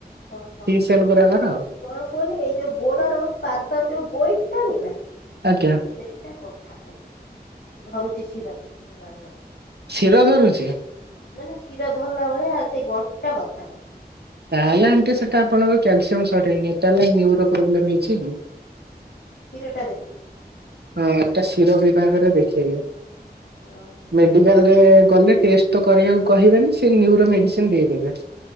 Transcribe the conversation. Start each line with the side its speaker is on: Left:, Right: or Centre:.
Left: ଓହୋ
Right: ସି ସେଲ୍
Left: ଏ
Right: ଗୁରାକର
Left: ସେଇ
Right: ଆଉ
Left: କଣ କୁହନି ଏଇ ଯୋଉ ଗୋଡର ପାଦ ଯୋଉ ଗୋଇଠି ଟା ନୁହେଁ ନା।
Right: ଆଜ୍ଞା
Left: ହଁ ସେଇଟା ବଥା କରୁଚି ଧରୁଚି ଶୀର ହେଲା ଭଳିଆ।
Right: ଶୀର ଧରୁଚି?
Left: ମାନେ ଶୀର ଧରଲା ଭଳିଆ ସେଇ ଗଣ୍ଠିଟା ବଥା କରଚି।
Right: ତାହେଲେ ଆଣ୍ଟି ସେଟା ଆପଣଙ୍କ କ୍ୟାଲସିୟମ ସଟ୍ ହେଇନି ଏଟା ହେଲା ନ୍ୟୁରୋ ପ୍ରୋବ୍ଲେମ ହେଇଛି।
Left: ଶୀର
Right: ହଁ ଏଟା ଶୀର ବିଭାଗରେ ଦେଖେଇବେ
Left: ଓହୋ।
Right: ମେଡିକାଲରେ କଲେ ଟେଷ୍ଟ ତ କରିବାକୁ କହିବେନି ସେ ନ୍ୟୁର ମେଡିସିନ ଦେଇଦେବେ।